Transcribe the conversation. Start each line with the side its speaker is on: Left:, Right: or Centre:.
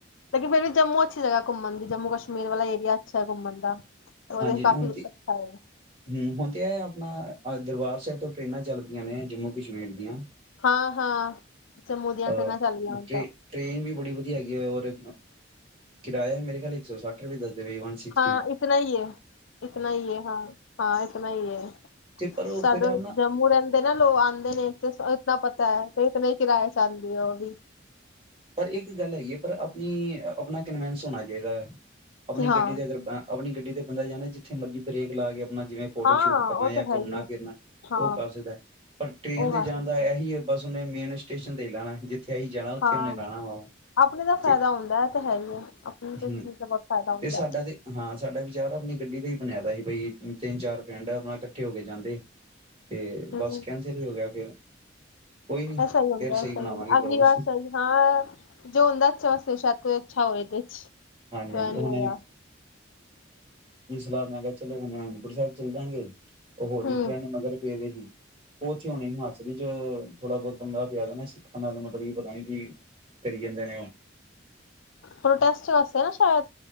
Left: ਲੇਕਿਨ ਫਿਰ ਵੀ ਜੰਮੂ ਅੱਛੀ ਜਗ੍ਹਾ ਘੁੰਮਣ ਦੀ ਜੰਮੂ ਕਸ਼ਮੀਰ ਵਾਲਾ ਏਰੀਆ ਅੱਛਾ ਹੈ, ਘੁੰਮਣ ਦਾ ਉਹਦੇ
Right: ਹਾਂਜੀ।
Left: ਕਾਫੀ
Right: ਹੁਣ ਤੇ,
Left: ਅੱਛਾ ਹੈ
Right: ਹੂੰ ਹੁਣ ਤੇ ਐ, ਆ। ਦਰਬਾਰ ਸਾਹਿਬ ਤੋਂ ਟ੍ਰਰੇਨਾਂ ਚੱਲ ਪਈਆਂ ਨੇ, ਜੰਮੂ ਕਸ਼ਮੀਰ ਦੀਆਂ।
Left: ਹਾਂ, ਹਾਂ ਜੰਮੂ ਦੀਆਂ
Right: ਅ
Left: ਟ੍ਰੇਨਾਂ ਚੱਲੀਆਂ ਹੁਣ
Right: ਟ੍ਰੇ
Left: ਤਾਂ,
Right: ਟ੍ਰੇਨ ਵੀ ਬੜੀ ਹੈਗੀ ਐ ਓਰ ਕਿਰਾਇਆ ਮੇਰੇ ਖਿਆਲ ਇੱਕ ਸੌ- ਸੱਠ ਰੁਪਏ ਥ੍ਰੀ-ਵੱਨ ਸਿਕਸਟੀ
Left: ਹਾਂ ਇਤਨਾ ਹੀ ਹੈ, ਹਾਂ- ਹਾਂ ਇਤਨਾ ਹੀ, ਹੈ।
Right: ਤੇ ਪਰ ਉਹ
Left: ਸਾਡੇ
Right: ਫਿਰ ਨਾ
Left: ਜੰਮੂ ਰਹਿੰਦੇ ਨਾ ਲੋਕ ਆਦੇ ਨੇ ਤੇ ਇਤਨਾ ਪਤਾ ਹੈ ਤੇ ਇਤਨਾ ਕਿਰਾਇਆ ਜਾਦੀ ਉਹ ਵੀ
Right: ਪਰ ਇੱਕ ਗੱਲ ਹੈਗੀ ਏ, ਪਰ ਆਪਣੀ ਆਪਣਾ ਕਨਵਿੰਸ ਹੋਣਾ ਚਾਹੀਦਾ ਹੈ। ਆਪਣੀ
Left: ਕਿ ਹਾਂ
Right: ਗੱਡੀ ਦੇ ਅਗਰ ਆਪਣੀ ਗੱਡੀ ਤੇ ਬੰਦਾ ਜਾਂਦਾ, ਜਿੱਥੇ ਮਰਜ਼ੀ ਬ੍ਰੇਕ ਲਾ ਕੇ'- ਜਿਵੇਂ ਫੋਟੋ
Left: ਹਾਂ
Right: ਸ਼ੂਟ ਕਰਨਾ
Left: ਉਹ
Right: ਤਾਂ, ਘੁੰਮਣਾ
Left: ਹੈ ਹੀ ਹੈ
Right: ਫਿਰਨਾ
Left: ਹਾਂ
Right: ਉਹ ਕਰ ਸਕਦਾ, ਪਰ ਟ੍ਰੇਨ
Left: ਉਹ
Right: ਤੇ
Left: ਕਰ
Right: ਜਾਣ
Left: ਸਕਦੇ
Right: ਦਾ ਇਹੀ ਹੈ ਬਸ ਉਹਨੇ ਮੇਨ ਸਟੇਸ਼ਨ ਤੇ ਈ ਲਾਣਾ ਏ। ਜਿੱਥੇ ਅਹੀ ਜਾਣਾ, ਉੱਥੇ
Left: ਹਾਂ
Right: ਉਹਨੇ ਲਾਹਣਾ ਵਾ,
Left: ਆਪਣੇ ਦਾ
Right: ਤੇ
Left: ਫਾਇਦਾ ਹੁੰਦਾ ਹੈ ਤੇ ਹੈ ਹੀ ਹੈ ਆਪਣੀ ਤੇ
Right: ਹੂੰ
Left: ਚੀਜ਼ ਦਾ ਬਹੁਤ ਫਾਇਦਾ ਹੁੰਦਾ
Right: ਤੇ ਸਾਡਾ
Left: ਹੈ
Right: ਤੇ ਹਾਂ ਸਾਡਾ ਵਿਚਾਰ ਆਪਣੀ ਗੱਡੀ ਤੇ ਬਨਿਆਦਾ ਸੀ ਬਈ ਤਿੰਨ-ਚਾਰ ਪਿੰਡ ਆਪਣਾ ਇਕੱਠੇ ਹੋ ਕੇ, ਜਾਂਦੇ। ਤੇ, ਬਸ
Left: ਹਮ
Right: ਕੈਂਸਲ ਹੀ ਹੋ ਗਿਆ ਫਿਰ, ਕੋਈ ਨੀ
Left: ਐਸਾ ਹੀ ਹੁੰਦਾ
Right: ਫਿਰ ਸਹੀ
Left: ਐਸਾ
Right: ਬਣਾਵਾਂਗੇ।
Left: ਹੀ ਹੁੰਦਾ
Right: ਪ੍ਰੋਗਰਾਮ
Left: ਅਗਲੀ ਵਾਰ ਸਹੀ ਹਾਂ ਜੋ ਹੁੰਦਾ ਅੱਛੇ ਵਾਸਤੇ, ਸ਼ਾਇਦ ਕੋਈ ਅੱਛਾ ਹੋਵੇ ਇਹਦੇ ਚ
Right: ਹਾਂਜੀ
Left: ਤਾਹੀ
Right: ਹਾਂਜੀ ਹੁਣੇ
Left: ਨੀ ਹੋਇਆ,
Right: ਲਾ, ਮੈਂ ਕਿਹਾ ਚੱਲੋ ਅਨੰਦਪੁਰ ਸਾਹਿਬ ਚੱਲਜਾਂ ਗੇ। ਉਹ, ਹੋਰ
Left: ਹਮ
Right: ਵੀ ਪਿੰਡ ਮਗਰ ਪੇ ਦੇ ਸੀ, ਉਥੇ ਹਣੇ ਹਿਮਾਚਲ ਥੋੜਾ ਬਹੁਤ ਪੰਗਾ ਪਿਆ ਦਾ, ਨਾ ਸੀ। ਕੀ ਪਤਾ ਨੀ ਕੀ ਕਰੀ ਜਾਂਦੇ ਨੇ ਉਹ
Left: ਪ੍ਰੋਟੈਸਟ ਵਾਸਤੇ ਨਾ ਸ਼ਾਇਦ